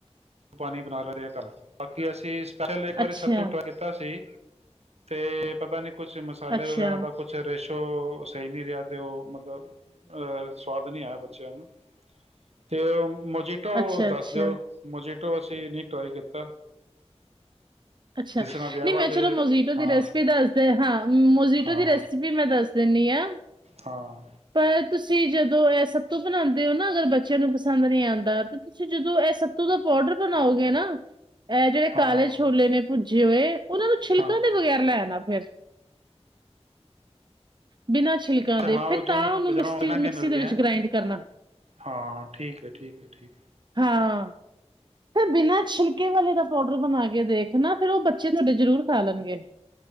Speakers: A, on the right; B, on the right.
A: ਪਾਣੀ ਬਣਾ ਲੈ ਰਿਹਾ ਕਰ, ਬਾਕੀ ਅਸੀਂ ਸਪੈਸ਼ਲ ਇੱਕ ਵਾਰੀ
B: ਅੱਛਾ
A: ਸੱਤੂ ਟਰਾਈ ਕੀਤਾ ਸੀ। ਤੇ ਪਾਪਾ ਨੇ। ਕੁਛ ਮਸਾਲੇ
B: ਅੱਛਾ
A: ਵਗੈਰਾ ਦਾ ਕੁਛ ਰੇਸ਼। ਤੋਂ ਸਹੀ ਨੀ ਰਿਹਾ ਤੇ ਉਹ ਮਤਲਬ ਅਹ ਸਵਾਦ ਨੀ ਆਇਆ ਬੱਚਿਆਂ ਨੂੰ ਤੇ ਜਿਟੋ
B: ਅੱਛਾ
A: ਦੱਸ
B: ਅੱਛਾ
A: ਦਿਓ। ਜਿਟੋ ਅਸੀਂ ਨਹੀਂ ਟਰਾਈ ਕੀਤਾ।
B: ਅੱਛਾ,
A: ਜਿਸ ਨਾਲ ਵਿਆਹਾਂ
B: ਨਹੀਂ, ਮੈਂ
A: ਤੇ
B: ਚਲੋ ਮੋਜੀਟੋ ਦੀ
A: ਹਾਂ
B: ਰੈਸਪੀ ਦੱਸਦੇ। ਹਾਂ, ਮੋਜੀਟੋ
A: ਹਾਂ
B: ਦੀ ਰੈਸਿਪੀ ਮੈਂ ਦੱਸ ਦਿੰਦੀ ਹਾਂ,
A: ਹਾਂ
B: ਪਰ ਤੁਸੀਂ ਜਦੋਂ ਇਹ ਸੱਤੂ ਬਣਾਉਂਦੇ ਹੋ ਨਾ, ਅਗਰ ਬ ਬੱਚੇ ਨੂੰ ਪਸੰਦ ਨਹੀਂ ਆਉਂਦਾ ਤੇ ਤੁਸੀਂ ਜਦੋਂ ਇਹ ਸੱਤੂ ਦਾ ਪਾੋਡਰ ਬਣਾਓਗੇ ਨਾ, ਇਹ ਜਿਹੜੇ
A: ਹਾਂ
B: ਕਾਲੇ ਛੋਲੇ ਨੇ ਜੀ ਓਏ, ਉਹਨਾਂ ਨੂੰ ਛਿਲਕਾ
A: ਹਾਂ
B: ਦੇ ਬਗੈਰ ਲੈ। ਹੈ ਨਾ ਫਿਰ। ਬਿਨਾਂ ਛਿਲਕਾ
A: ਅੱਛਾ
B: ਦੇ
A: ਹਾਂ
B: ਫਿਰ
A: ਉਹ
B: ਤਾਂ
A: ਦੋਨੋਂ ਬਾਜ਼ਾਰੋਂ
B: ਮਿਕਸੀ
A: ਮਹਿੰਗੇ
B: ਮਿਕਸੀ
A: ਮਿਲਦੇ
B: ਦੇ ਵਿੱਚ
A: ਹੈ
B: ਗਰਾਇਡ ਕਰਨਾ।
A: ਹਾਂ ਠੀਕ ਹੈ ਠੀਕ ਹੈ ਠੀਕ
B: ਹਾਂ ਫਿਰ ਬਿਨਾਂ ਛਿਲਕੇ ਵਾਲੇ ਦਾ ਪਾਊਡਰ ਬਣਾ ਕੇ। ਕਿ ਦੇਖਣਾ ਫਿਰ ਉਹ ਬੱਚੇ ਤੁਹਾਡੇ ਜਰੂਰ ਖਾ ਲੈਣਗੇ।